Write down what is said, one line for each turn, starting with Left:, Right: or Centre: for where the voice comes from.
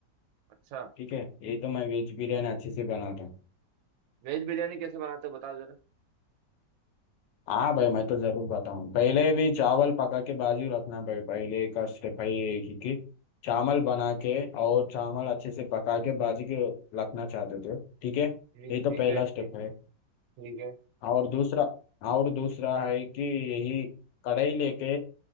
Right: अच्छा
Left: ठीक है ये तो मैं वेज बिरयानी अच्छे से बनाता हूँ
Right: वेज बिरयानी कैसे बनाते हो बताओ जरा
Left: हाँ भाई मैं तो जरूर बताऊँ पहले भी चावल पका के बाजू रखना भाई पहले का स्टेप है ये कि कि चावल बना के और चावल अच्छे से पका के बाजू के रखना चाहते थे ठीक है
Right: ठीक
Left: ये तो
Right: ठीक
Left: पहला
Right: है ठीक
Left: स्टेप है
Right: ठीक है
Left: और दूसरा और दूसरा है कि यही कढ़ाई लेके